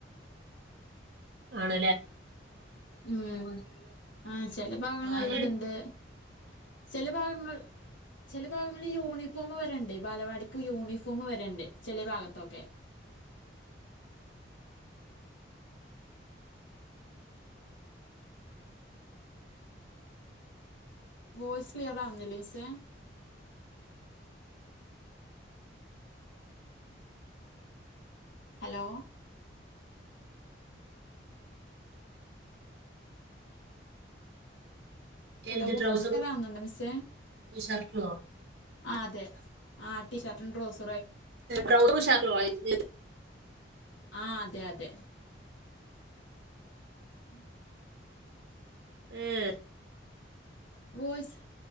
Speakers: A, on the right; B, on the left.
A: ആണ
B: ഉം ആഹ ചെില ഭാഗങ്ങൾ
A: കാര്യം
B: നല്ലതുണ്ട്, ചില ഭാഗങ്ങൾ ചില ഭാഗ നമ്മള് യൂണിഫോം വരണ്ട് ബാലവാടിക്ക് യൂണിഫോമ വരണ്ട് ചില ഭാഗത്തൊക്കെ. <inaudible> വോയിസ് ക്ലിയറാവുന്നില്ലേ മിസ്സേ? ഹലോ? ഹലോറുന്നുണ്ടോ
A: എന്ത് ട്രൗസറും
B: മിസ്സ
A: ഷർട്ടുമോ
B: ആ അതെ ആ ടീ ഷർട്ടും ട്രോസ
A: ഡൗ സ <unintelligible>
B: ആഹ അതെ അതെ. ഉം
A: ഉം
B: വോയിസ്,